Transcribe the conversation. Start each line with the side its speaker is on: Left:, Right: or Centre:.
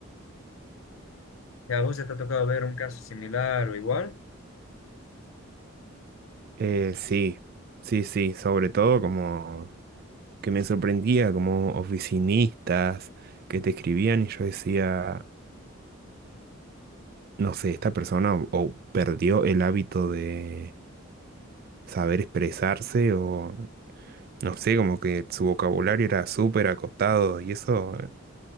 Left: Ya, vos ya te ha tocado ver un caso similar o igual.
Right: Eh, sí, sí, sí, sobre todo como que me sorprendía como oficinistas que te escribían y yo decía, no sé, esta persona o, o perdió el hábito de saber expresarse o No sé, como que su vocabulario era súper acotado y eso eh,